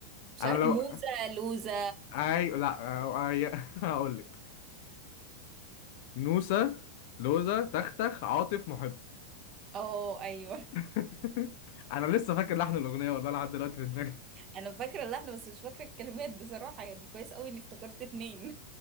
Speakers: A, on the right; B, on the left.
A: مش
B: أنا
A: عارف
B: لو
A: موزة لوزة
B: أي لا أه، أي... <laughs> هقول لك نوسة لوزة تختخ عاطف محب
A: اه ايوه
B: <laughs> أنا لسه فاكر لحن الأغنية والله لحد دلوقتي في دماغي
A: انا فاكرة اللحن بس مش فاكرة الكلمات بصراحة يعني كويس قوي اني افتكرت اتنين